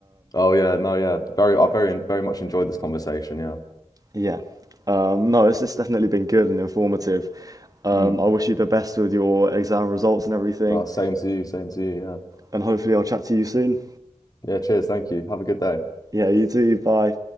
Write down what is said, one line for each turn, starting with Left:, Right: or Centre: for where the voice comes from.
Left: Oh yeah, no, yeah. Very I very very much enjoyed this conversation, yeah.
Right: Yeah, um, no, it's, it's definitely been good and informative. Um,
Left: Mm.
Right: I wish you the best with your exam results and everything,
Left: No, same to you, same to you, yeah.
Right: and hopefully I'll chat to you soon.
Left: Yeah, cheers, thank you. Have a good day.
Right: Yeah, you too. Bye.